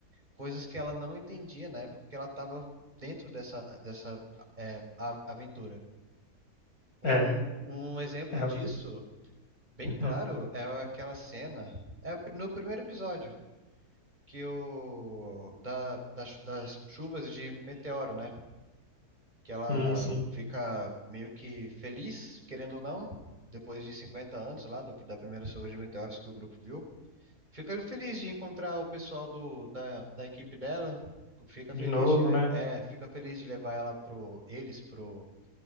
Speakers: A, on the right (about 25°); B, on the left (about 65°).
A: coisas que ela não entendia na época que ela estava dentro dessa, dessa eh, a- aventura. Um,
B: É,
A: um exemplo
B: é.
A: disso, bem claro,
B: Hum.
A: é aquela cena, é no primeiro episódio que o da, das, das chuvas de meteoro, né? Que ela
B: Sim, sim.
A: fica meio que feliz, querendo ou não, depois de 50 anos lá do- da primeira chuva de meteoros que o grupo viu. Fica feliz de encontrar o pessoal do, da, da equipe dela, fica
B: De
A: feliz
B: novo,
A: de le-
B: né?
A: é, fica feliz de levar ela pro eles pro